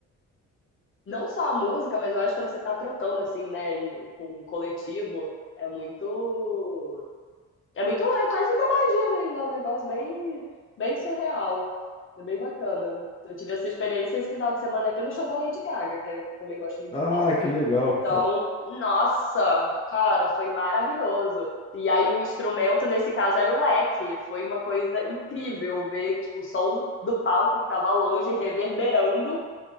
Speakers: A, on the left; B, on the left.
A: não só a música, mas eu acho que quando você tá trocando, assim, né, em, com um coletivo, é muito. É muito, é quase uma magia mesmo, é um negócio bem, bem surreal. É bem bacana. Eu tive essa experiência esse final de semana aqui no show da Lady Gaga, que eu também gosto muito
B: Ah,
A: de pop.
B: que legal.
A: Então, nossa, cara, foi maravilhoso. E aí o instrumento, nesse caso, era o leque. Foi uma coisa incrível ver, tipo, o som do palco que tava longe reverberando